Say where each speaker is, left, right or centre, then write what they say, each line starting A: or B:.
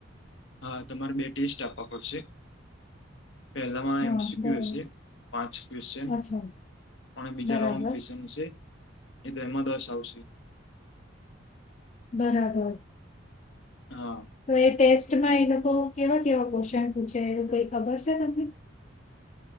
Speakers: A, on the left; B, on the left.
A: હા તમારે બે ટેસ્ટ આપવા પડશે. પહેલામાં
B: હા
A: એમસીક્યૂ
B: બરાબર
A: હશે પાંચ ક્વેશ્ચન.
B: અચ્છા
A: અને બીજા
B: બરાબર
A: લૉગ ક્યુએશન છે એ માં દસ આવશે.
B: બરાબર.
A: હા.
B: તો એ ટેસ્ટ મા એ લોકો કેવા કેવા ક્વેશ્ચન પૂછે એ કઈ ખબર છે તમને.